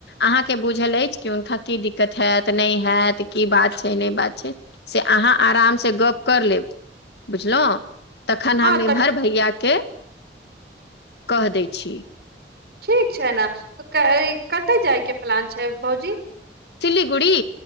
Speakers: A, on the left; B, on the right.
A: अहाँकेँ बुझल अछि कि हुनका की दिकत हैत नहि हैत की बात छै नहि बात छै। से अहाँ अराम से गप कर लेब बुझलहूँ तखन हम
B: हँ
A: एमहर
B: तऽ
A: भैया के कह दै छी
B: ठीक छै ने तऽ काल्हि कतय जाइके पलान छै भाउजी।
A: सिलीगुड़ी।